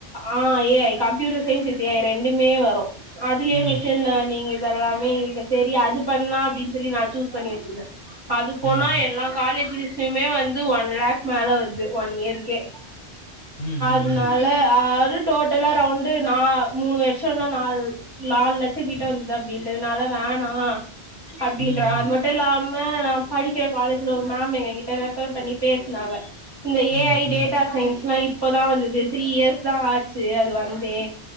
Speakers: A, on the right; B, on the left.
A: ஆ A I computer science with A I ரெண்டுமே வரு அதுலயே
B: ம்,
A: மிஷின் லேர்னிங் இ தெல்லாமே இருக்கு செரி அது பண்லா அப்டின்னு சொல்லி நா சூஸ் பண்ணி வச்சிருந்தே. அது போனா
B: ம், ம்.
A: எல்லா காலேஜுலிஸு சமே வந்து ஒன் லேக் மேல வர்து ஒன் இயர்க்கே
B: ம் ம்
A: அதுனால
B: ம்.
A: யாரு டோட்டலா ரௌண்டு நா மூணு வர்ஷம்னா நால் நாலு லட்சோ கிட்ட வந்துர்து அப்டின்றதுனால வேணா அப்டின்றாங்க
B: ம், ம்.
A: அது மட்டு இல்லா ம நா படிக்கிற காலேஜ்ல ஒரு மேம் எங்ககிட்ட ரெஃபர் பண்ணி பேசினாங்க இந்த
B: ம்,
A: ஏ ஐ
B: ம்.
A: டேட்டா சயின்ஸ்லா இப்பதா வந்து து த்ரீ இயர்ஸ் தா ஆச்சு அது வந்தே